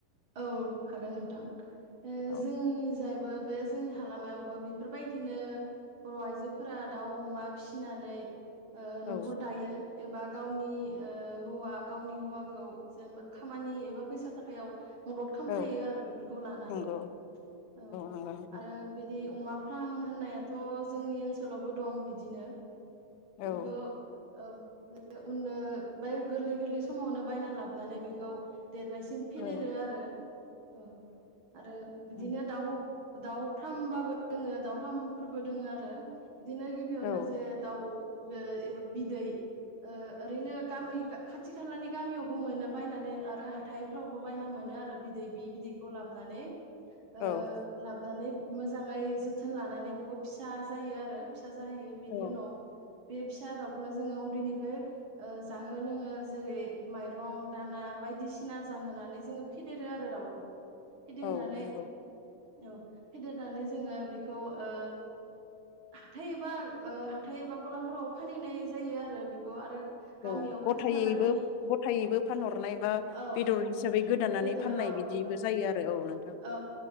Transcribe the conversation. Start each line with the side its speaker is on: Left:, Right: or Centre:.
Right: औ हागोन नोंथां ओ
Left: औ
Right: जोंनि जायबो बे जोंनि हालामायावबो बेफोरबायदिनो बर' आइजोफोरा दाउ अमा फिनानै ओ
Left: औ
Right: न'खर दायो। एबा गावनि ओ हौवा गावनि हौवाखौ जेनेबा खामानि एबा फैसा थाखायाव मदद खामफायो
Left: औ
Right: आरो बेफोरखौ लानानै
Left: नंगौ
Right: औ
Left: नंगौ नोंथां
Right: आरो बिदि अमा फार्म होननायाथ' जोंनि ओनसोलावबो दं बिदिनो।
Left: औ
Right: बेखौ औ बे उननो बाय गोरलै गोरलै समावनो बायना लाबोनानै बेखौ देरनायसिम फेदेरो
Left: औ
Right: आ औ आरो बिदिनो
Left: उम
Right: दाउ दाउ फार्म बाबो दोङो दाउ फार्मफोरबो दोङो आरो बिदिनो गिबियावनो
Left: औ
Right: जे दाउ बो एबा बिदै ओ ओरैनो गामि खाथि खाथि खालानि गामियावबो मोनो बायनानै आरो हाथायफ्रावबो बायना मोनो आरो बिदै बि बिदैखौ लाबनानै ओ
Left: औ
Right: लाबनानै मोजाङै जोथोन लानानै बेखौ फिसा जायो आरो फि जाहैयो बिनि
Left: औ
Right: उनाव बे फिसा दाउखौनो जोङो उन्दैनिफ्राय जाहो लोङो जेरै माइरं दाना बायदिसिना जाहोनानै जोङो फेदेरो आरो दाउखौ फेदेरनानै
Left: औ नंगौ
Right: औ फेदेरनानै जोङो बेखौ ओ हाथाय एबा हाथाय एबा गलाफोराव फानहैनाय जायो आरो बेखौ आरो गामियाव
Left: औ गथायैबो
Right: खाथि खालानि
Left: गथायैबो फानहरनाय बा
Right: औ
Left: बेदर हिसाबै गोदान नानै
Right: बेदर
Left: फाननाय
Right: औ
Left: बिदिबो
Right: औ
Left: जायो आरो औ नोंथां
Right: औ